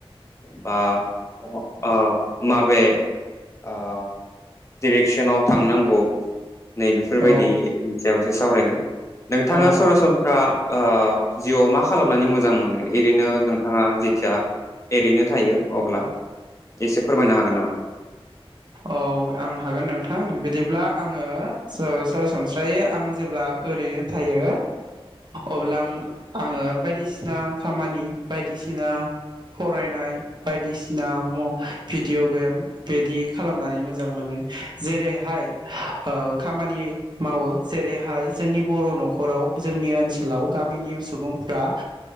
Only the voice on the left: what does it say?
बा ओ माबे ओ डिरेक्सनाव थांनांगौ नै बेफोरबायदि
बेयावसो सावरायगोन नोंथाङा
सरासनस्रा ओ जिउआव मा खालामनानै मोजां मोनो एओरैनो नोंथाङा जेथिया एओरैनो थायो अब्ला एसे फोरमायनो हागोन नामा?